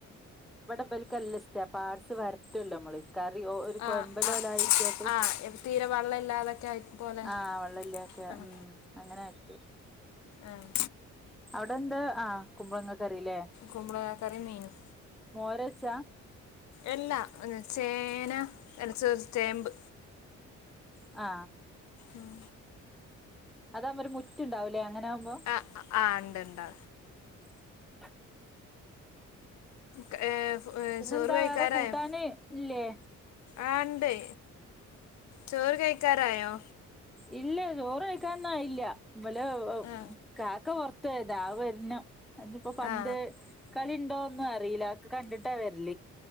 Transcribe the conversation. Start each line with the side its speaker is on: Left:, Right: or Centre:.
Centre: ഇവടെ ബൽക്ക് നല്ലസ്ട്ടാ പാട്സ് വരട്ടുല്ലോ മ്മള്. കറ്യോ ഒര് കൊയമ്പ്
Left: ആഹ്
Centre: ലവലായിക്ക്യാട്ട്
Left: ആഹ് ആഹ് തീരെ വെള്ളം ഇല്ലാതൊക്കെ ആയി പോലെ
Centre: ആഹ് വെള്ളല്ല ക്
Left: ആഹ്
Centre: ഉം അങ്ങനാക്കി
Left: ആഹ്
Centre: അവടെ എന്താ ആഹ് കുമ്പളങ്ങ കറില്ലേ
Left: കുമ്പളങ്ങ കറിയും മീനും
Centre: മോരയിച്ചാ?
Left: എല്ലാ ചേന അല്ല സോ ചേമ്പ്
Centre: ആ
Left: ഉം
Centre: അതാവുമ്പൊര് മുറ്റ്ണ്ടാവുലെ അങ്ങനാവുമ്പോ
Left: ആഹ് ണ്ട് ണ്ട്
Centre: <inaudible>
Left: കേ ഏഹ്
Centre: പിന്നെന്താ
Left: ചോറ് കഴിക്കാറായോ?
Centre: വേറെ കൂട്ടാന് ഇല്ലേ
Left: ആ ണ്ടെ ചോറ് കഴിക്കാറായോ
Centre: ഇല്ല ചോറ് കൈക്കാനൊന്നായീല്ല ഇവല് ഹ്
Left: ആ
Centre: കാക്ക പൊർത്തോയതാ അഹ് വര്നം അഹ് ഞ്പ്പോ പന്ത്
Left: ആ
Centre: കളിണ്ടോ ഒന്നും അറീല്ല ഒക്കെ കണ്ടിട്ടാ വര്ല്